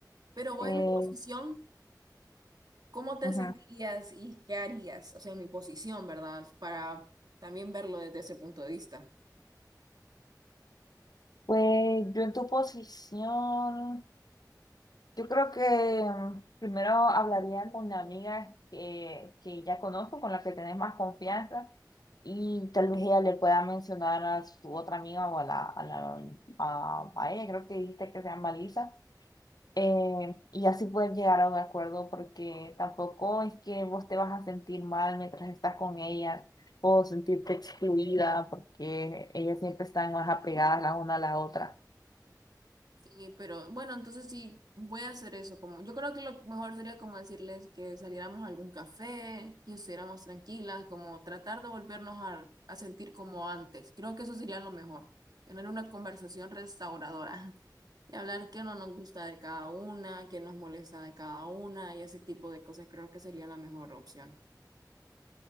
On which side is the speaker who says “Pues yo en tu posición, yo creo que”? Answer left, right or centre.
Left